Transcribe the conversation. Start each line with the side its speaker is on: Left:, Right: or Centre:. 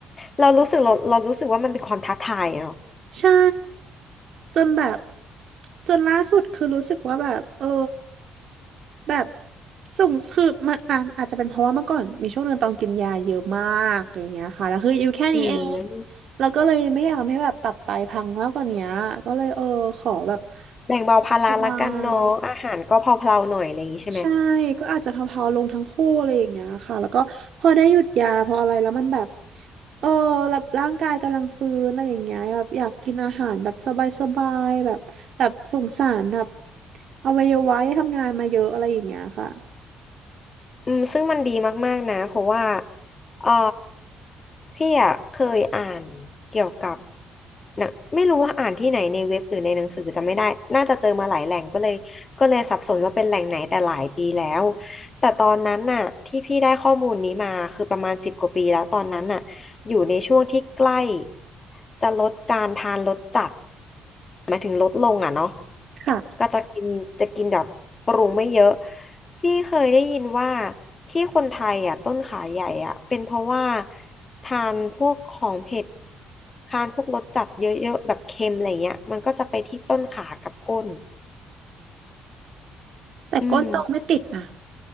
Left: เรารู้สึกเราเรารู้สึกว่ามันเป็นความท้าทายอะเนาะ
Right: ใช่จนแบบจนล่าสุดคือรู้สึกว่าแบบเออแบบส่งคือมาอ่ะอาจจะเป็นเพราะว่าเมื่อก่อนมีช่วงหนึ่งต้องกินยาเยอะมากอย่างเงี้ยค่ะแล้วคืออยู่แค่นี้เอง
Left: อืม
Right: แล้วก็เลยไม่อยากทำให้แบบตับไตพังมากกว่านี้ก็เลยเออขอแบบ
Left: แบ่งเบาภาระละกันเนาะอาหารก็เพลาๆหน่อยอะไรอย่างนี้ใช่ไหม
Right: สบาย ใช่ก็อาจจะเพาๆลงทั้งคู่อะไรอย่างเงี้ยค่ะแล้วก็พอได้หยุดยาพออะไรแล้วมันแบบเออแบบร่างกายกำลังฟื้นอะไรอย่างเงี้ยแบบอยากกินอาหารแบบสบายๆแบบแบบสงสารแบบอวัยวะที่ทำงานมาเยอะอะไรอย่างเงี้ยค่ะ
Left: อืมซึ่งมันดีมากๆนะเพราะว่าเออพี่อ่ะเคยอ่านเกี่ยวกับหนะไม่รู้ว่าอ่านที่ไหนในเว็บหรือในหนังสือจำไม่ได้น่าจะเจอมาหลายแหล่งก็เลยก็เลยสับสนว่าเป็นแหล่งไหนแต่หลายปีแล้วแต่ตอนนั้นน่ะที่พี่ได้ข้อมูลนี้มาคือประมาณสิบกว่าปีแล้วตอนนั้นน่ะ อยู่ในช่วงที่ใกล้จะลดการทานรสจัดหมายถึงลดลงอ่ะเนาะ
Right: ค่ะ
Left: ก็จะกินจะกินแบบปรุงไม่เยอะพี่เคยได้ยินว่าที่คนไทยอ่ะต้นขาใหญ่อ่ะเป็นเพราะว่าทานพวกของเผ็ดทานพวกรสจัดเยอะๆแบบเค็มอะไรเงี้ยมันก็จะไปที่ต้นขากับก้น
Right: แต่ก้นโตไม่ติดนะ
Left: อืม